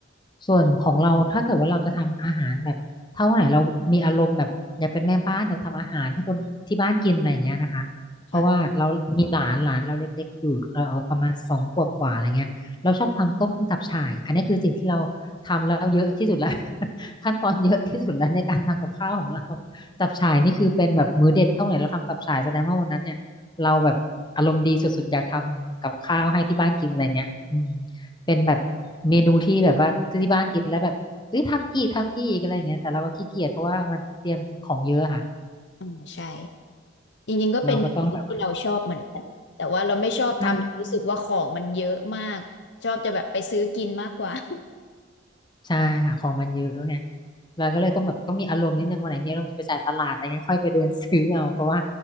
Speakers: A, on the left; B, on the left.
A: ส่วนของเราถ้าเกิดว่าเราจะทำอาหารแบบถ้าวันไหนเรามีอารมณ์แบบอยากเป็นแม่บ้านอยากทำอาหารให้คนที่บ้านกินอะไรอย่างเงี้ยนะคะเพราะว่าเรามีหลานหลานเราเล็กๆอยู่เราประมาณสองขวบกว่าอะไรเงี้ยเราชอบทำต้มตับฉ่ายอันนี้คือสิ่งที่เราทำแล้วเยอะที่สุดแล้ว
B: ค่ะ
A: <laughs> ขั้นตอนเยอะที่สุดแล้วในการทำกับข้าวของเราตับฉ่ายนี่คือเป็นแบบมื้อเด็ดเท่าไหร่เราทำตับฉ่ายแสดงว่าวันนั้นเนี่ยเราแบบอารมณ์ดีสุดๆอยากทำกับข้าวให้ที่บ้านกินอะไรเงี้ยอืม เป็นแบบเมนูที่แบบว่าที่บ้านกินแล้วแบบเอ้ยทำอีกทำอีกอะไรอย่างเงี้ยแต่เราก็ขี้เกียจเพราะว่ามันเตรียมของเยอะค่ะ
B: อืมใช่จริงๆก็เป็นเมนูที่เราชอบเหมือนกันแต่ว่าเราไม่ชอบทำเรารู้สึกว่าของมันเยอะมากชอบจะแบบไปซื้อกินมากกว่า
A: เราก็ต้องแบบว่าใช่
B: <laughs>
A: ใช่หาของมันเยอะไงเราก็เลยต้องแบบต้องมีอารมณ์นิดนึงวันไหนมีอารมณ์จะไปจ่ายตลาดอะไรเงี้ยค่อยไปเดินซื้อเอาเพราะว่า